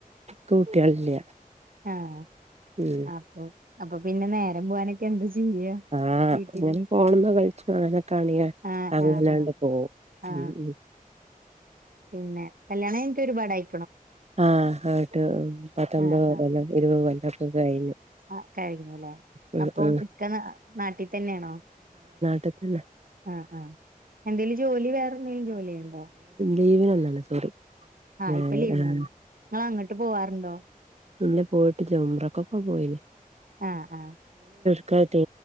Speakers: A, on the right; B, on the right.
A: എക്ക് കുട്ടികളില്ല
B: ആഹ്
A: ഉം
B: അപ്പൊ അപ്പൊ പിന്നെ നേരം പോവാനൊക്കെ എന്ത് ചെയ്യാ
A: ആഹ്
B: വീട്ടില്
A: അങ്ങനെ പോണ്പോ കളിച്ചു അനെ കാണിയാ
B: ആഹ്
A: അങ്ങനണ്ട്
B: ആഹ് ആഹ്
A: പോകും
B: ആഹ്
A: ഉം ഉ
B: പിന്നെ കല്യാണം കഴിഞ്ഞിട്ട് ഒരുപാടായി
A: ആഹ് എട്ട് പത്തൊമ്പത്
B: ആഹ്
A: ഇരുപത് കൊല്ലക്കെ കഴിഞ്ഞു
B: അത് കഴിഞ്ഞുല്ലേ
A: ഉം
B: അപ്പം
A: ഉം
B: ഇക്ക നാട്ടിത്തന്നെയാണോ
A: ട്ടി തന്നെ
B: ആ ആ എന്തേലും ജോലി വേറെന്തേലും ജോലി ചെയ്യണുണ്ടോ
A: ജീവൻന്നാണ് സോറി
B: ആ
A: ആഹ്
B: ഇപ്പൊ ലീവിനാണ് നിങ്ങള് അങ്ങോട്ട് പോവാറുണ്ടോ
A: ഇന്നെ പോയിട്ട് ചെംറക്കൊക്കെ പോയിന്
B: ആ ആ
A: ഒക്കെ ടൂ